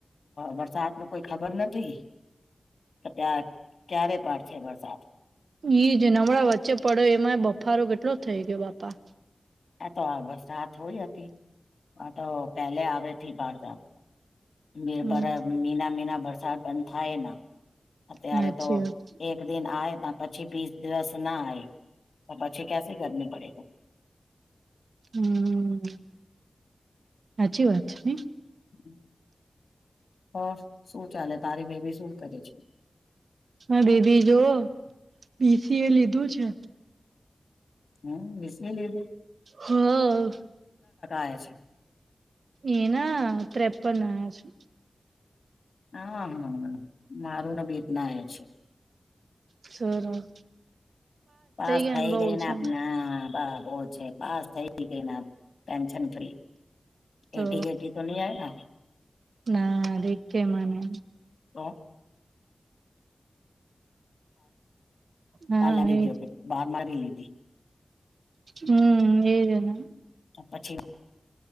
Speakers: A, on the left; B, on the right.
A: વરસાદ ન કોઈ ખબર નથી. ત્યાં ક્યારે પડશે વરસાદ.
B: ઈ જે નમળા વચ્ચે પડ્યો એમાં બફારો કેટલો થઇ ગયો બાપા.
A: આ તો આ વરસાદ હોય હતી, આ તો પેલે આવે હતી બારત. બ
B: હમ
A: બરા મીના મીના બરસા બન થાયના. અત્યારે
B: સાચી
A: તો
B: વાત
A: એક દિન આય ત પછી બીસ દિવસ ના આવે તો પછી કસી ગરમી પડે તો
B: હમ સાચી વાત છે, નઇ.
A: હમ. હ શું ચાલે? તારી બે બી શું કરે છે?
B: હા દીદી જો, બી સી એ લીધું છે.
A: હમ <unintelligible> એ લીધુ.
B: હા
A: આયા છે
B: એના ત્રેપન આયા છે.
A: હા માર <unintelligible> ભેદનાયા છે..
B: સરસ.
A: પાસ
B: ગયા
A: થઈ
B: ને બઉ
A: ગઈને
B: છે
A: આપણા બસ પાસ થઈ ગઈને ટેન્શન ફ્રી..
B: તો
A: એટી કેટી તો નહી આય ને
B: ના રે કે મને
A: તો <inaudible>
B: હા
A: પાર લાગી
B: એજ
A: ગયો તો બહાર મારી લીધી.
B: હમ એ જ ને
A: પછી